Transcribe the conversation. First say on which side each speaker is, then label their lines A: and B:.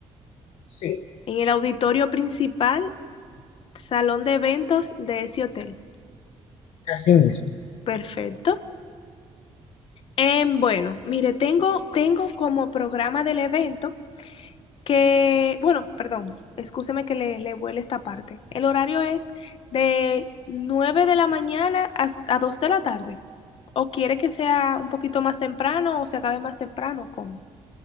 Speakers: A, on the left (about 80°); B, on the left (about 55°).
A: Sí.
B: en el auditorio principal Salón de eventos de ese hotel.
A: así mismo.
B: Perfecto. Eh, bueno, mire, tengo, tengo como programa del evento que, bueno, perdón, escúcheme que le, le vuele esta parte. El horario es de 9 de la mañana a, a 2 de la tarde. ¿O quiere que sea un poquito más temprano o se acabe más temprano? ¿Cómo?